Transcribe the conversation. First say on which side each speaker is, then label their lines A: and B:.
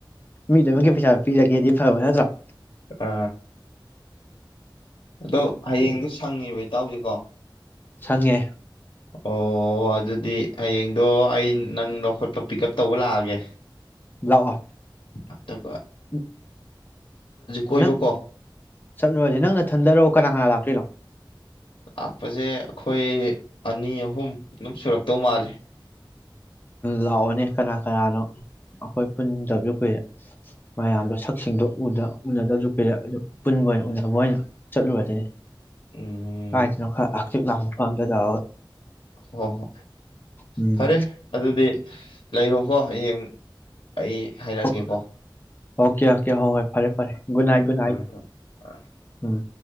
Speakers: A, on the left; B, on the left.
A: ꯃꯤꯗꯨꯃꯒꯤ ꯄꯩꯁꯥ ꯄꯤꯔꯒꯦꯗꯤ ꯍ ꯌꯥꯠꯇ꯭ꯔꯣ
B: ꯑ ꯑꯗꯣ ꯍꯌꯦꯡꯗꯨꯣ ꯁꯪꯉꯦꯕ ꯏꯇꯥꯎꯁꯦꯀꯣ
A: ꯁꯪꯉꯦ
B: ꯑꯣ ꯑꯗꯨꯗꯤ ꯍꯌꯦꯡꯗꯣ ꯑꯩ ꯅꯪ ꯂꯧꯈꯣꯠꯄ ꯄꯤꯛ ꯎꯞ ꯇꯧꯕ ꯂꯥꯛꯑꯒꯦ
A: ꯌꯥꯥꯛ
B: ꯑꯠꯇꯒ
A: ꯎꯝ
B: ꯀꯣꯏꯕꯀꯣ
A: ꯅꯪ ꯆꯠꯂꯨꯔꯁꯤꯦ ꯅꯪꯅ ꯊꯟꯗꯔꯣ ꯀꯅꯥ ꯀꯅꯥ ꯂꯥꯛꯇꯦ ꯐꯤꯔꯣ
B: ꯂꯥꯛꯄꯁꯦ ꯑꯩꯈꯣꯏ ꯑꯅꯤ ꯑꯍꯨꯝ ꯑꯗꯨꯝ ꯁꯨꯔꯛꯇꯧ ꯃꯥꯜꯂꯦ
A: ꯂꯥꯛꯑꯣꯅꯦ ꯀꯅꯥ ꯀꯅꯥꯅꯣ ꯑꯩꯈꯣꯏ ꯄꯨꯟꯗꯕꯁꯨ ꯀꯨꯏꯔꯦ ꯃꯌꯥꯝꯗꯣ ꯁꯛꯁꯤꯡꯗꯨꯣ ꯎꯅꯗꯕꯁꯨ ꯄꯤꯔꯦ ꯑꯗꯨ ꯄꯨꯟꯕ ꯑꯣꯏꯅ ꯎꯅꯕ ꯑꯣꯏꯅ ꯆꯠꯂꯨꯔꯁꯤꯅꯤ
B: ꯎꯝ
A: ꯀꯅ ꯈ ꯀꯠꯂ ꯃꯛꯝꯗꯖ
B: ꯍ ꯍꯣ
A: ꯎꯝ
B: ꯐꯔꯦ ꯑꯗꯨꯗꯤ ꯂꯩꯔꯣꯍꯣ ꯍꯌꯦꯡ ꯑꯩ ꯍꯥꯏꯔꯛꯑꯒꯦꯀꯣ
A: ꯑꯣꯀꯦ ꯑꯣꯀꯦ ꯍꯣ ꯍꯣꯏ ꯐꯔꯦ ꯐꯔꯦ ꯒꯨꯗ ꯅꯥꯏꯠ ꯒꯨꯗ
B: ꯊꯝꯃꯦ
A: ꯅꯥꯏꯠ
B: ꯊꯝꯃꯦ ꯑ
A: ꯎꯝ